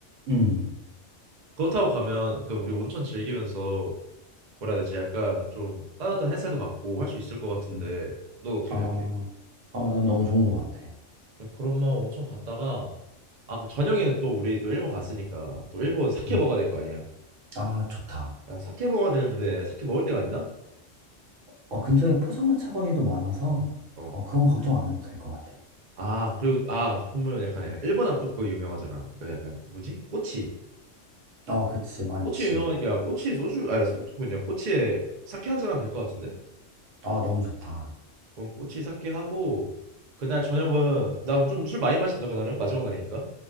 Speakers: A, on the right (about 75°); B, on the right (about 55°).
A: 음.
B: 그거 타고 가면 약간 우리 온천 즐기면서 뭐라 해야 되지? 약간 좀 따뜻한 햇살도 받고 할 수 있을 것 같은데
A: 음.
B: 넌 어떻게
A: 아,
B: 생각해?
A: 아, 난 너무 좋은 것 같아.
B: 그러면 온천 갔다가 아, 그럼 저녁에는 또 우리 또 일본 갔으니까 또 일본 사케
A: 음.
B: 먹어야 될 거 아니야.
A: 아, 좋다.
B: 야, 사케 먹어야 되는데 사케 먹을 데가 있나?
A: 어, 근처에 포장마차 거리도 많아서,
B: 어.
A: 어, 그건 걱정 안 해도 될 것 같아.
B: 아, 그리고 아, 보면 약간 야, 일본 하면 또 그거 유명하잖아. 그 약간 뭐지? 꼬치.
A: 어, 그치, 많지.
B: 꼬치 유명하니까 꼬치에 소주 아니 소주 뭐냐? 꼬치에 사케 한잔 하면 될 것 같은데?
A: 아, 너무 좋다.
B: 그럼 꼬치 사케 하고 그날 저녁은 나 그럼 좀 술 많이 마신다 그날은 마지막 날이니까.